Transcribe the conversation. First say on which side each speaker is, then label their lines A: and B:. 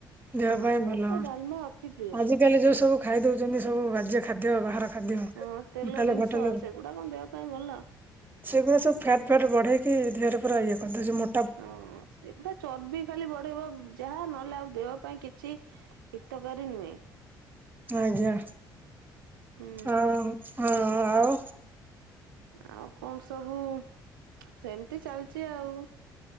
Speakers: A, on the right; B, on the right.
A: ଦେହ
B: ହଁ
A: ପାଇଁ
B: ମୋର
A: ଭଲ।
B: ତ ଡାଲମା ଅତି ପ୍ରିୟ
A: ଆଜିକାଲି ଯୋଉ ସବୁ ଖାଇ ଦଉଚନ୍ତି ସବୁ ବାଜ୍ୟ ଖାଦ୍ୟ ବାହାର ଖାଦ୍ୟ
B: ହଁ ତେଲ
A: ହୋଟେଲ୍
B: ଜିନିଷ
A: ଫୋଟେଲ୍ ରୁ
B: ସେଗୁଡା କଣ ଦେହ ପାଇଁ ଭଲ।
A: ସେଗୁଡା ସବୁ ଫ୍ୟାଟ୍ ଫ୍ୟାଟ୍ ବଢ଼େ ଇ ଦେହରେ ପୁରା ଇଏ କରିଦେଉଚି ମ
B: ହଁ ସେଗୁଡା ଚର୍ବି ଖାଲି ବଢ଼େଇ ବ ଯାହା ନ ହେଲେ ଆଉ ଦେହ ପାଇଁ କିଛି ହିତକାରୀ ନୁହେଁ।
A: ଆଜ୍ଞା
B: ହୁଁ
A: ଆଉ ହଁ ଆଉ
B: ଆଉ କଣ ସବୁ ସେମିତି ଚାଲିଚି ଆଉ